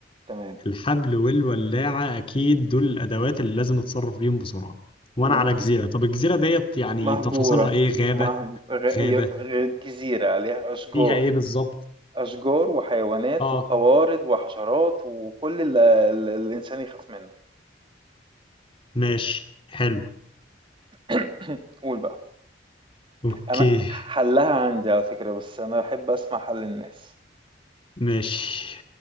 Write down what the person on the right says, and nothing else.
تمام
ومط...
ومهجوره
مهج... غ... ي-
غ... جزيره عليها اشجار
اشجار وحيوانات
وقوارض وحشرات وكل اللي اللي الانسان يخاف منه
<coughs> قول بقى
انا حلها عندي على فكرة بس انا بحب اسمع حل الناس